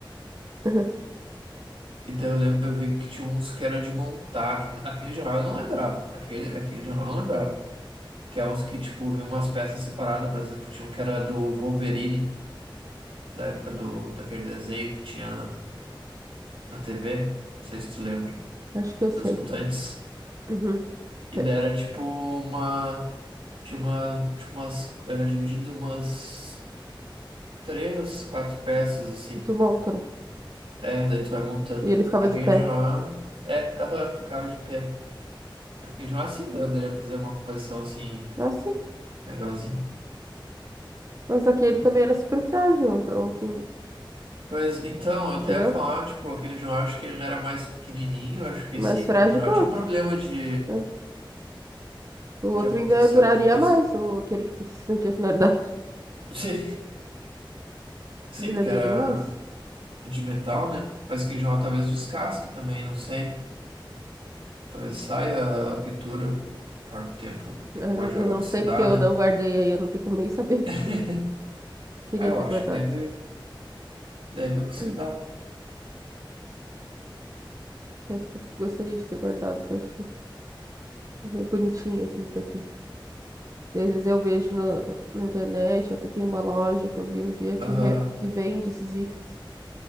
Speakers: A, on the right; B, on the right.
A: <laughs>
B: E daí eu lembro, eu vi que tinha uns que era de montar. que- Aquele de Hall eu não lembrava. Aquele, aquele de Hall eu não lembrava. Que é uns que, tipo, vinham umas peças separadas, por exemplo, tinha um que era do Wolverine, da época do, daquele desenho que tinha na TV. Não sei se tu lembra,
A: Acho que eu sei.
B: dos mutantes.
A: Uhum.
B: E
A: É,
B: daí era tipo uma. Tinha uma. Tipo umas. Era dividido em umas três, quatro peças, assim.
A: E tu monta, né?
B: É, daí tu vai montando.
A: E ele ficava
B: A
A: de
B: Kenjo-A,
A: pé.
B: é, ela ficava de pé. A Kenjo-A sim, daria pra fazer uma coleção assim,
A: Ah, sim.
B: legalzinha.
A: Mas aquele também era super frágil, então, assim,
B: Pois então, eu até
A: entendeu?
B: ia falar, tipo, a Kenjo-A acho que ele era mais pequenininho, eu acho que
A: Mais
B: esse,
A: frágil
B: a Kenjo-A
A: que o
B: tinha
A: outro,
B: problema de,
A: né? O
B: de
A: outro
B: acontecer
A: ainda duraria
B: alguma coisa.
A: mais,
B: <laughs>
A: ou aquele que tu disse que não tinha finalidade.
B: Sim,
A: <laughs>
B: sim,
A: Duraria
B: porque era
A: bem mais.
B: de metal, né? Mas a Kenjo-A talvez descasque também, não sei. Talvez saia a pintura, conforme o tempo
A: Eu
B: pode
A: não, eu
B: oxidar,
A: não sei porque eu
B: né?
A: não guardei aí, eu não tenho como nem saber <laughs> porque
B: <laughs>
A: eu queria
B: Ah, eu
A: ter
B: acho
A: guardado.
B: que deve. deve oxidar.
A: <clears throat> Até porque gostaria de ter guardado, que eu acho que é bonitinho assim pra ter. Às vezes eu vejo na, na internet, até tem uma loja que eu vi um dia que,
B: Ah,
A: ve- que vende esses itens,